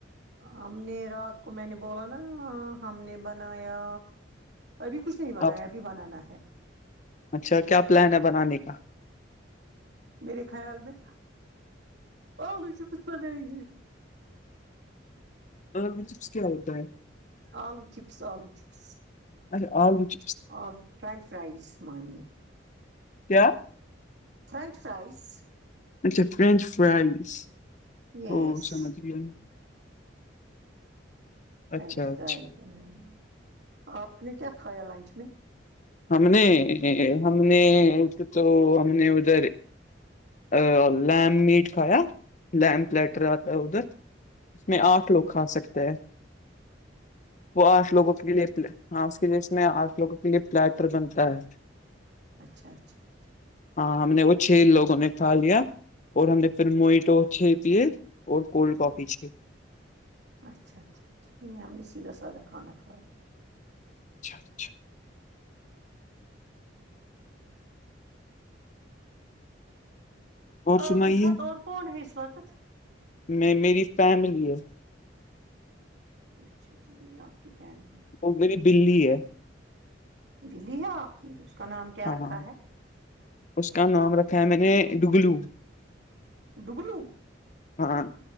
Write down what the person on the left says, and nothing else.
آپ
اچھا کیا پلان ہے بنانے کا
آلو چپس کیا ہوتا ہے
اچھا آلو چ
کیا
اچھا فرینچ فرائز
اوو سمجھ گیا
اچھا اچھا
ہم نے ہم نے ایک تو ہم نے ادھر آ لیمب میٹ کھایا لیمب پلیٹر آتا ہے ادھر اس میں آٹھ لوگ کھا سکتے ہیں وہ آٹھ لوگوں کے لیے ہاں اس کے میسس میں آٹھ لوگوں کے لیے پلیٹر بنتا ہے
ہاں ہم نے وہ چھ لوگوں نے کھا لیا اور ہم نے پھر موئیٹو چھ پیے اور کولڈ کافی چھ
اچھا اچھا اور
سنائیے
میں میری فیملی ہے
وہ میری بلی ہے
ہاں
اس کا نام رکھا ہے میں نے ڈوگلو
ہاں